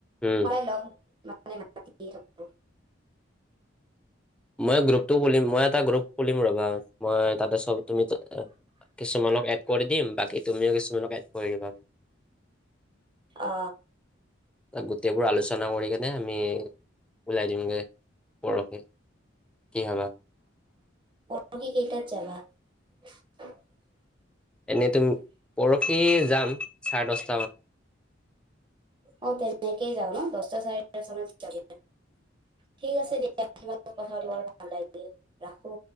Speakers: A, in the centre; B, on the right (about 25°).
A: উম
B: হয় লগ মানে মাতি থাকোঁ।
A: মই গ্ৰুপটো খুলিম, মই এটা গ্ৰুপ খুলিম ৰবা মই তাতে কিছু কৰি দিম বাকী তুমিও কিছুমান এড কৰি দিবা।
B: অ
A: ত গোটেইবোৰ আলোচনা কৰি কেনে নে আমি ওলাই দিমগৈ পৰহৈ কি হবা।
B: তুমি কেইটাত <inaudible>
A: এনেই তুম পৰহি যাম। চাৰে দশ
B: অ তেনেকেই যাও ন দ চটা চাৰে দচটা মানত যাবি ঠিক আছে দিয়া তোমাৰ লগত কথা পাতি বৰ ভাল লাগিল লাখো।